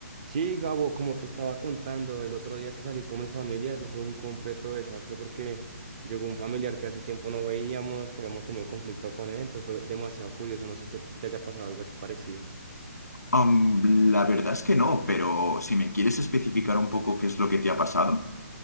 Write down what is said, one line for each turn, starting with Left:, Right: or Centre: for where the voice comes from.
Right: Sí, Gabo, como te estaba contando, el otro día que salí con mi familia, eso fue un completo desastre porque llegó un familiar que hace tiempo no veíamos, que habíamos tenido conflicto con él, entonces fue demasiado curioso, no sé si te haya pasado algo así parecido.
Left: Am, la verdad es que no, pero si me quieres especificar un poco qué es lo que te ha pasado,